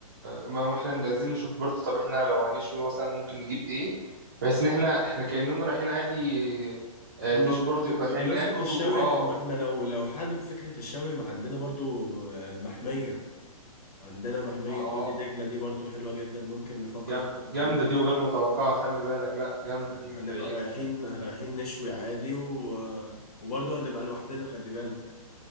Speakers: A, on the right; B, on the left.
A: ما احنا عايزين نشوف برضو طب احنا لو هنشوي مثلا ممكن نجيب ايه بحيث ان احنا احنا كأننا رايحين عادي آه،
B: طب
A: ديش
B: ما ب-
A: بارتي ورايحين
B: بمناسبة
A: ناكل
B: الشوي
A: واه
B: طب ما احنا لو لو حابب فكرة الشوي ما عندنا برضو آه، المحمية عندنا محمية
A: اه آه.
B: وادي دجلة دي برضو حلوة جدا ممكن نفكر
A: جام-
B: فيها
A: جامدة
B: بما ان
A: دي وغير متوقعة خلي بالك لا جامدة دي من
B: هنبقى
A: بعيد
B: رايحين
A: خلي بالك
B: رايحين نشوي عادي و... وبرضو هنبقى لوحدنا خلي بالك